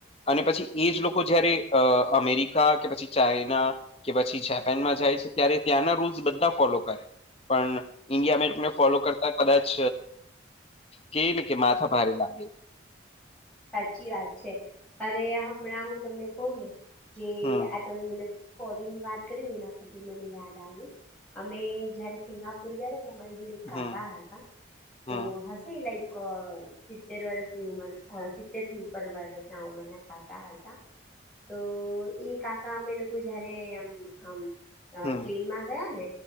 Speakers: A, on the left; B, in the centre.
A: અને પછી એ જ લોકો જયારે આ અમેરિકા કે પછી ચાઈના કે પછી જાપાનમાં જાય છે ત્યારે ત્યાંના રૂલ્સ બધા ફોલો કરે. પણ ઇન્ડિયા અમેરિકાને ફોલો કરતા કદાચ! કે નને કે માથા ભારે લાગે.
B: સાચી વાત છે, અરે હમણાં હું તમને કહું ને કે.
A: હમ
B: તમે મને ફોરેનની વાત કરી, ને એના પરથી મને યાદ આવી. અમે જયારે સિંગાપુર ગયા હતા ને તમારી જોડે. કાકા
A: હમ
B: હતા
A: હમ
B: તો હસી લાઈક સિત્તેર વર્ષની ઉંમર સી્તેર થી ઉપર વાયરસ ના ઉમરના કાકા હતા. તો એ કાકા અમે લોકો જયારે એમ આમ અ
A: હમ
B: પ્લેનમાં ગયા ને